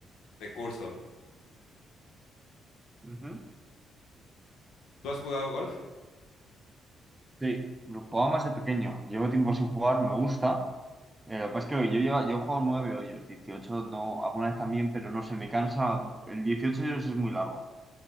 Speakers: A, on the left; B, on the right.
A: de curso.
B: Ujú.
A: ¿Tú has jugado golf?
B: Sí, lo jugaba más de pequeño. Llevo tiempo sin jugar, me gusta. Eh, lo que pasa es que yo, lleva, yo juego nueve hoyos, 18 no, alguna vez también, pero no sé, me cansa. El 18 hoyos es muy largo.